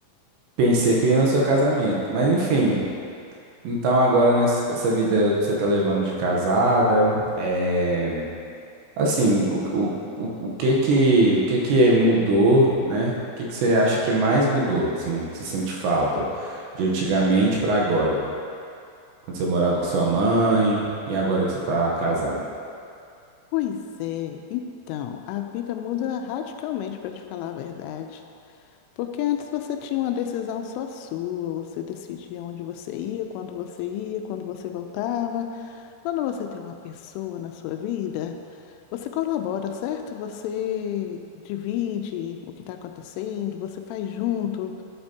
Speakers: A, on the right; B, on the left.
A: pensei que eu ia no seu casamento, mas enfim, então agora nessa essa vida que você tá levando de casada, é, assim, o, o, o, o que que, o que que mudou, né? O que que você acha que mais mudou, assim, que você sente falta de antigamente pra agora? Quando você morava com sua mãe e agora que você tá casado.
B: Pois é, então, a vida muda radicalmente, para te falar a verdade. Porque antes você tinha uma decisão só sua, você decidia onde você ia, quando você ia, quando você voltava. Quando você tem uma pessoa na sua vida, você colabora, certo? Você divide o que está acontecendo, você faz junto.